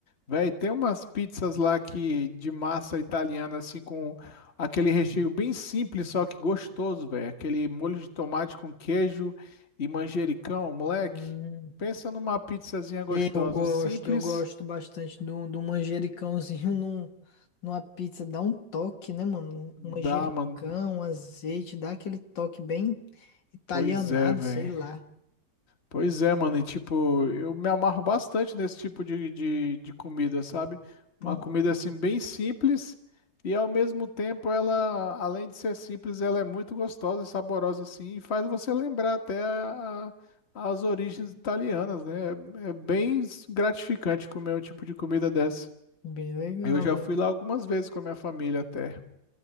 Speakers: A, on the left (about 40°); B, on the left (about 85°).
A: Véi, tem umas pizzas lá que de massa italiana, assim, com aquele recheio bem simples, só que gostoso, velho. Aquele molho de tomate com queijo e manjericão, moleque.
B: Hum,
A: Pensa numa pizzazinha gostosa,
B: eu gosto,
A: simples.
B: eu gosto bastante de um, de um manjericãozinho <laughs> num, numa pizza. Dá um toque, né, mano?
A: Dá,
B: Um manjericão,
A: mano.
B: um azeite, dá aquele toque bem italianado,
A: Pois é, velho.
B: sei lá.
A: Pois é, mano, e tipo, eu me amarro bastante nesse tipo de, de, de comida, sabe? Uma
B: Uhum,
A: comida assim bem simples e ao mesmo tempo ela, além de ser simples, ela é muito gostosa, saborosa assim e faz você lembrar até a- a- as origens italianas, né? É, é bem gratificante comer um tipo de comida dessa.
B: Bem legal,
A: Eu já
B: bem
A: fui lá algumas vezes com a minha família até.